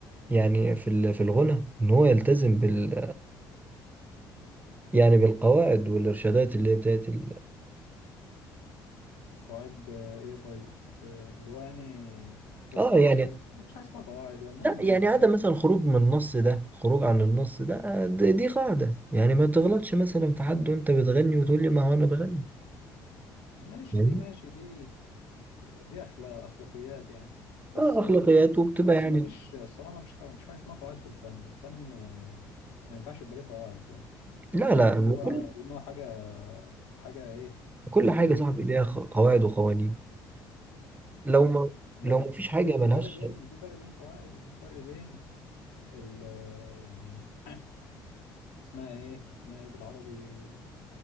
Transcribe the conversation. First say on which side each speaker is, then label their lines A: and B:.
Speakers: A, on the right; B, on the left.
A: يعني في ال- في الغنى ان هو يلتزم بال يعني بالقواعد والارشادات اللي هي بتاعت ال...
B: قواعد آه، ايه طيب آه، اللي هو يعني بس
A: اه
B: ما
A: يعني
B: فيش حاجه اسمها ما فيش حاجه اسمها قواعد هو المهم
A: لا
B: ان
A: يعني
B: الحاجه
A: عدم مثلا الخروج من النص ده خروج عن النص ده آه، دي, دي قاعدة يعني ما تغلطش مثلا في حد وانت بتغني وتقول لي ما هو انا بغني
B: ماشي
A: يعني
B: دي ماشي دي دي اخلاق اخلاقيات يعني بس
A: اه
B: إن-
A: اخلاقيات وبتبقى
B: بس
A: يعني
B: ما فيش الصراحه ما فيش ما فيش حاجه اسمها قواعد في الفن الفن آه، ما ينفعش يبقى ليه قواعد يعني
A: لا
B: لان
A: لا
B: هو
A: كل
B: لان هو حاجه حاجه ايه
A: كل
B: حاجه كرييتيف
A: حاجة يا صاحبي ليها خ- قواعد وقوانين لو ما
B: لا
A: لو ما فيش
B: في
A: حاجة
B: في
A: ملهاش
B: فرق بين في فرق بين قواعد وفي فرق بين ال يعني اسمها ايه اسمها ايه بالعربي